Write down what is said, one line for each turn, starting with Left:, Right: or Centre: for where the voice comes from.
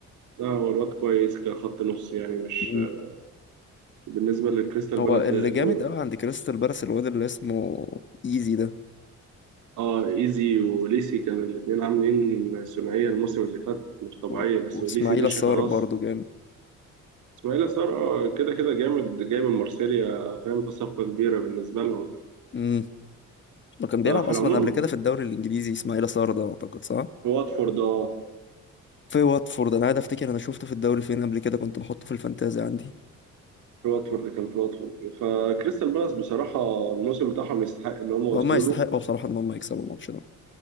Right: لا هو الواد كويس كخط نص يعني مش
Left: امم
Right: آه، بالنسبة لكريستال
Left: هو
Right: بالاس
Left: اللي
Right: ل-
Left: جامد
Right: و-
Left: قوي عند كريستال بالاس الواد اللي اسمه ايزي ده
Right: اه ايزي وليسي كانوا الاتنين عاملين ثنائية الموسم اللي فات مش طبيعية
Left: و-
Right: بس
Left: واسماعيل
Right: وليسي مشي
Left: الصار
Right: خلاص
Left: برضه جامد
Right: اسماعيل صار كده كده جامد جاي من مارسيليا فاهم فصفقة كبيرة بالنسبة لهم
Left: امم لو كان بيلعب
Right: ففي
Left: اصلا
Right: العموم
Left: قبل كده في الدوري الانجليزي اسماعيل صار ده اعتقد صح
Right: في واتفورد اه
Left: في واتفورد انا قاعد افتكر انا شفته في الدوري فين قبل كده كنت بحطه في الفانتازي عندي
Right: في واتفورد كان في واتفورد فكريستال بالاس بصراحة الموسم بتاعهم يستحق اللي هم وصلوا
Left: هما يستحقوا
Right: له
Left: بصراحة ان هما يكسبوا الماتش ده